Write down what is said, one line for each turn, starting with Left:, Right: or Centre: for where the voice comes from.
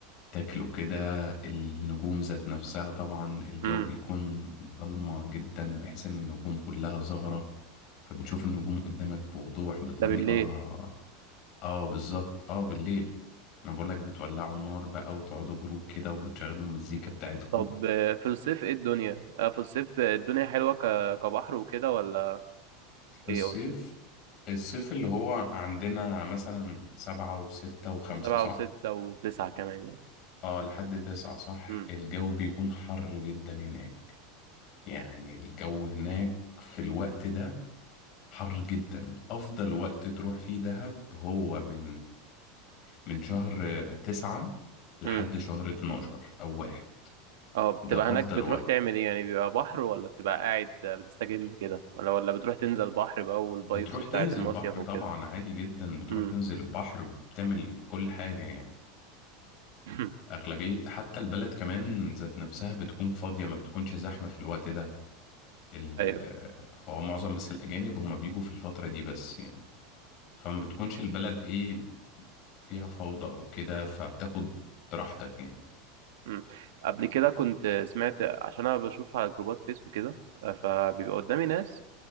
Left: تاكله كده النجوم ذات نفسها طبعا الجو
Right: امم
Left: بيكون ضلمة جدا بحيث ان النجوم كلها ظاهرة فبتشوف النجوم قدامك بوضوح بطريقة
Right: ده بالليل
Left: اه بالظبط اه بالليل انا بقولك بتولعوا نار بقى وتقعدوا جروب كده وتشغلوا المزيكا بتاعتكم
Right: طب آه، في الصيف ايه الدنيا آه، في الصيف آه، الدنيا حلوة ك... كبحر وكده ولا
Left: في
Right: ايه
Left: الصيف
Right: قول
Left: الصيف اللي هو عندنا مثلا سبعة وستة وخمسة
Right: سبعة
Left: صح؟
Right: وستة وتسعة كمان يعني
Left: اه لحد تسعة صح
Right: امم
Left: الجو بيكون حر جدا هناك يعني الجو هناك في الوقت ده حر جدا أفضل وقت تروح فيه دهب هو من من شهر تسعة لحد
Right: امم
Left: شهر اتناشر أو واحد
Right: اه بتبقى
Left: ده أفضل
Right: هناك بتروح
Left: وقت
Right: تعمل ايه يعني بيبقى بحر ولا بتبقى قاعد آه، بتستجم كده ولا ولا بتروح تنزل بحر بقى والفايبس
Left: بتروح
Right: بتاعة
Left: تنزل
Right: المصيف
Left: بحر
Right: وكده
Left: طبعا عادي جدا بتروح
Right: امم
Left: تنزل البحر بتعمل كل حاجة يعني
Right: <laughs>
Left: أغلبية حتى البلد كمان ذات نفسها بتكون فاضية ما بتكونش زحمة في الوقت ده ال-
Right: ايوه
Left: آه، هو معظم بس الأجانب هما بيجوا في الفترة دي بس يعني فما بتكونش البلد إيه فيها فوضى أو كده فبتاخد راحتك يعني
Right: مم. قبل كده كنت سمعت عشان انا بشوف على جروبات فيسبوك كده آه، فبيبقى قدامي ناس